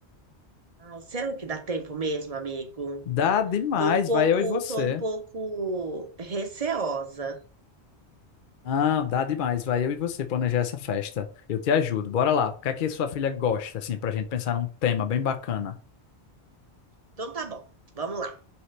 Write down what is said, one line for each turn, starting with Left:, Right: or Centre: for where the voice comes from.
Right: Ai, será que dá tempo mesmo, amigo?
Left: Dá demais,
Right: Tô um pouco,
Left: vai eu e você.
Right: tô um pouco receosa.
Left: Ah, dá demais. Vai eu e você planejar essa festa. Eu te ajudo. Bora lá. O que é que sua filha gosta, assim, pra gente pensar num tema bem bacana?
Right: Então tá bom, vamos lá.